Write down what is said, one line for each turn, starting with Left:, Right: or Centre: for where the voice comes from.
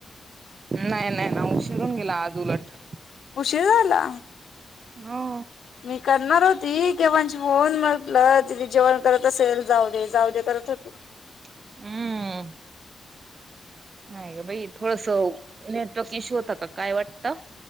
Right: नाही, नाही, ना उशीर होऊन गेला आज उलट.
Left: उशीर झाला?
Right: हो.
Left: मी करणार होती, केव्हाचे फोन म्हटलं दीदी जेवण करत असेल- जाऊ दे, जाऊ दे करत होती.
Right: हम्म नाही गं बाई,, थोडसंऽऽ नेटवर्क इश्यू होता का काय वाटतं,